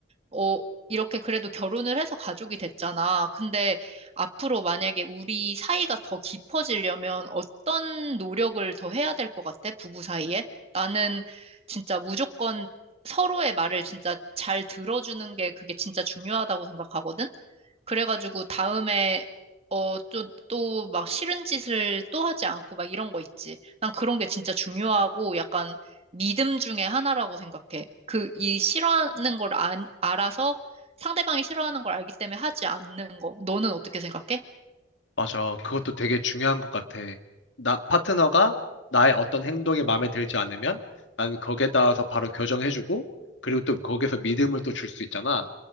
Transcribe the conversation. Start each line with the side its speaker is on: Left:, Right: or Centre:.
Right: 어, 이렇게 그래도 결혼을 해서 가족이 됐잖아. 근데 앞으로 만약에 우리 사이가 더 깊어지려면 어떤 노력을 더 해야 될 것 같아? 부부 사이에? 나는 진짜 무조건 서로의 말을 진짜 잘 들어주는 게 그게 진짜 중요하다고 생각하거든? 그래가지고 다음에 어, 또, 막 싫은 짓을 또 하지 않고 막 이런 거 있지. 난 그런 게 진짜 중요하고 약간 믿음 중에 하나라고 생각해. 그, 이 싫어하는 걸 안, 알아서 상대방이 싫어하는 걸 알기 때문에 하지 않는 거. 너는 어떻게 생각해?
Left: 맞아. 그것도 되게 중요한 것 같아. 나, 파트너가 나의 어떤 행동이 마음에 들지 않으면 나는 거기에 따라서 바로 교정해주고 그리고 또 거기에서 믿음을 또 줄 수 있잖아.